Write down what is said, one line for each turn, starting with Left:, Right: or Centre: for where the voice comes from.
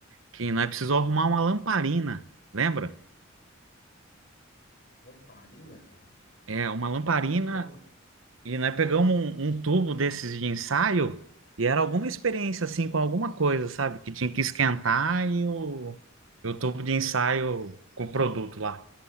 Right: que nós precisou arrumar uma lamparina, lembra?
Left: Lamparina, cara?
Right: É, uma lamparina,
Left: Acho que eu não lembro.
Right: e nós pegamos um, um tubo desses de ensaio, e era alguma experiência, assim, com alguma coisa, sabe? Que tinha que esquentar e o, e o tubo de ensaio com o produto lá.